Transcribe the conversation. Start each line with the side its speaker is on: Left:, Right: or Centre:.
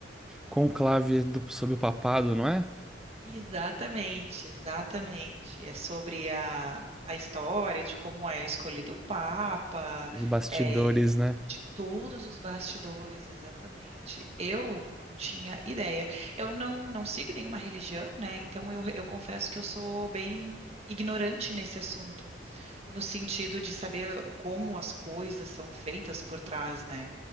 Centre: Conclave do, sobre o papado, não é?
Right: Exatamente, exatamente. É sobre a, a história de como é escolhido o Papa,
Centre: Os bastidores,
Right: é,
Centre: né?
Right: De todos os bastidores, exatamente. Eu não tinha ideia. Eu não, não sigo nenhuma religião, né? Então eu, eu confesso que eu sou bem ignorante nesse assunto, no sentido de saber como as coisas são feitas por trás, né?